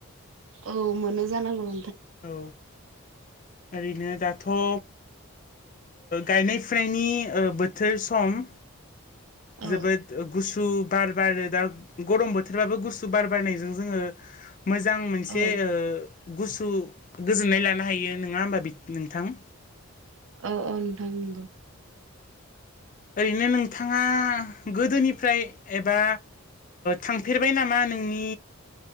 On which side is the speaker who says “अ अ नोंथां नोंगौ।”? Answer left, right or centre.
Right